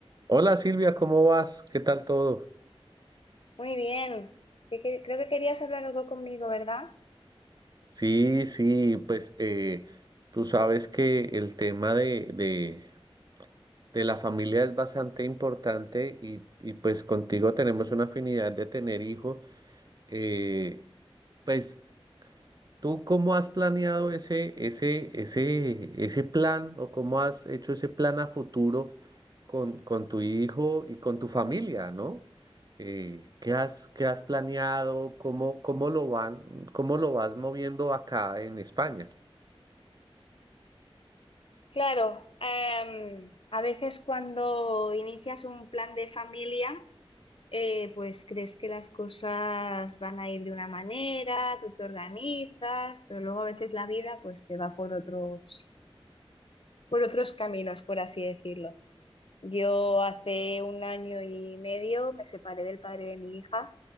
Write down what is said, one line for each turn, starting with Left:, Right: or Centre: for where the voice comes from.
Right: Hola Silvia, ¿cómo vas? ¿Qué tal todo?
Left: Muy bien. Que- que- creo que querías hablar algo conmigo, ¿verdad?
Right: Sí, sí, pues eh, tú sabes que el tema de, de, de la familia es bastante importante y, y pues contigo tenemos una afinidad de tener hijos. Eh, pues ¿Tú cómo has planeado ese, ese, ese, ese plan o cómo has hecho ese plan a futuro con, con tu hijo y con tu familia, ¿no? Eh, ¿qué has, qué has planeado? ¿Cómo, cómo lo van, cómo lo vas moviendo acá en España?
Left: Claro, em, a veces cuando inicias un plan de familia, eh, pues crees que las cosas van a ir de una manera, tú te organizas, pero luego a veces la vida pues te va por otros, por otros caminos, por así decirlo. Yo hace un año y medio me separé del padre de mi hija